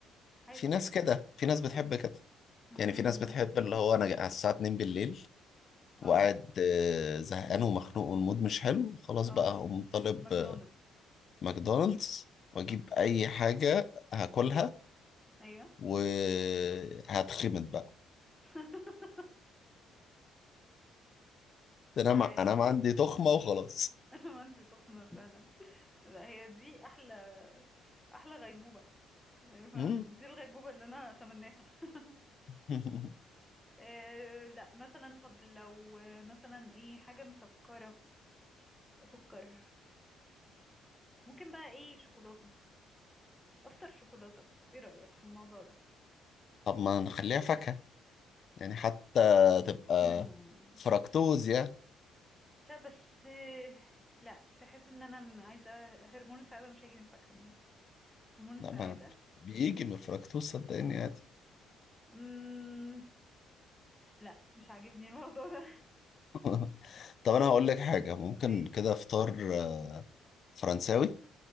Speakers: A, in the centre; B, on the left (about 40°).
A: عايزة
B: في ناس
A: اتبسط
B: كده في ناس بتحب كده
A: امم
B: يعني في ناس بتحب اللي هو انا على الساعة 2 بالليل
A: اه
B: وقاعد آه، زهقان ومخنوق والمود مش حلو خلاص
A: اه
B: بقى هقوم طالب
A: ماكدونالدز
B: آه، ماكدونالدز واجيب اي حاجة هاكلها
A: ايوه
B: وهتخمد بقى
A: <laughs>
B: ده انا
A: طيب
B: مع... انا ما عندي تخمة وخلاص
A: انا ما عندي تخمة فعلا لا هي دي احلى احلى غيبوبة يعني فاهم
B: مم.
A: دي الغيبوبة اللي انا اتمناها <laughs>
B: <laughs>
A: أه لا مثلا طب لو آه، مثلا ايه حاجة مسكرة سكر ممكن بقى ايه شوكولاتة افطر شوكولاتة ايه رأيك في الموضوع ده
B: طب ما نخليها فاكهة يعني حتى تبقى
A: هم.
B: فركتوز يعني
A: لا بس آه، لا تحس ان انا م- عايزة هرمون السعادة مش هيجي من فاكهة النهاردة هرمون
B: لا
A: السعادة
B: ما بيجي من الفركتوز صدقني يعني
A: مم... لا مش عاجبني الموضوع ده
B: <laughs> طب انا هقول لك حاجة
A: <laughs>
B: ممكن
A: ماشي
B: كده فطار آه، فرنساوي